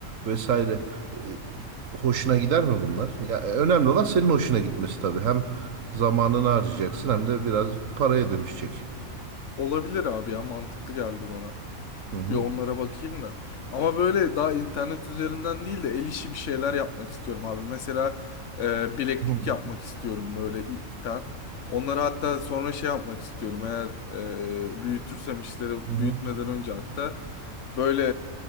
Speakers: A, on the right (about 70°); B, on the left (about 65°).
A: vesaire.
B: Hı.
A: Eee, hoşuna gider mi bunlar? Ya, e, önemli olan senin hoşuna gitmesi tabii. Hem zamanını harcayacaksın hem de biraz paraya dönüşecek.
B: Olabilir abi ya mantıklı geldi bana.
A: Hı hı.
B: Bir onlara bakayım da. Ama böyle daha internet üzerinden değil de el işi bir şeyler yapmak istiyorum abi. Mesela e, bileklik
A: Hı hı.
B: yapmak istiyorum böyle ipten. Onları hatta sonra şey yapmak istiyorum. Eğer e, büyütürsem işleri
A: Hı hı.
B: büyütmeden önce hatta böyle